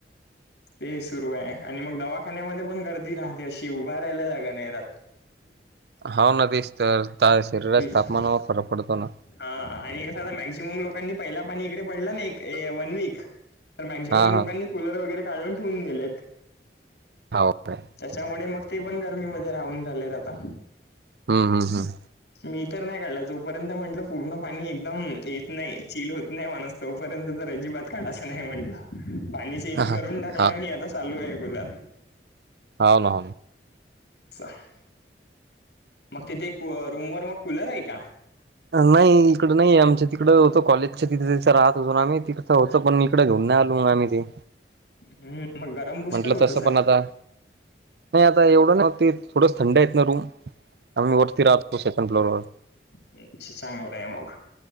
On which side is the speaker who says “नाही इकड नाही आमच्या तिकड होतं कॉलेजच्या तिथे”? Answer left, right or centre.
Right